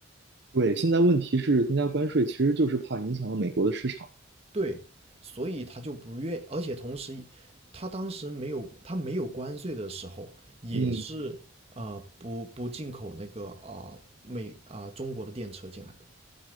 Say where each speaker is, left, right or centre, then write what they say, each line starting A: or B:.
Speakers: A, on the right (about 55°); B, on the right (about 30°).
A: 对。现在问题是增加关税，其实就是怕影响到美国的市场。
B: 对，所以他就不愿，而且同时，他当时没有他没有关税的时候，也是呃不不进口那个啊、
A: 嗯
B: 呃美啊、呃中国的电车进来的，